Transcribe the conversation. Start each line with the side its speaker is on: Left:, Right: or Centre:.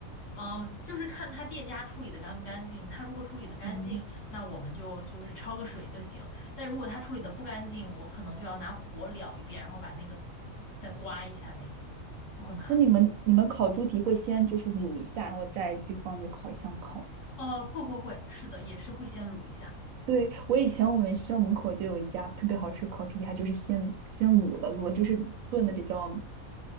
Left: 嗯，就是看他店家处理的干不干净。他如果处理的干净，
Right: 嗯，
Left: 那我们就就是焯个水就行。但如果他处理的不干净，我可能就要拿火燎一遍，然后把那个再刮一下那种，就会麻烦。
Right: 那你们你们烤猪蹄会先就是卤一下，然后再去放那烤箱烤。
Left: 呃，会会会，是的，也是会先卤一下。
Right: 对，我以前我们学校门口就有一家特别好吃烤猪蹄，它就是先先卤了，卤了就是炖的比较